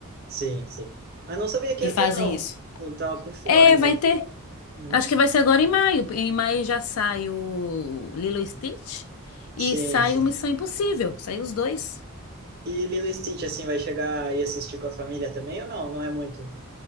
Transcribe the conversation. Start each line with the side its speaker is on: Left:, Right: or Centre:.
Right: Sim, sim. Mas não sabia que
Left: que
Right: ia
Left: fazem
Right: ter, não.
Left: isso.
Right: Eu tava por fora,
Left: É,
Right: então.
Left: vai ter.
Right: Uhum.
Left: Acho que vai ser agora em maio. Em maio já sai o Lilo e Stitch e
Right: Sim,
Left: sai
Right: sim.
Left: o Missão Impossível. Sai os dois.
Right: E Lilo e Stitch, assim, vai chegar e assistir com a família também ou não? Não é muito?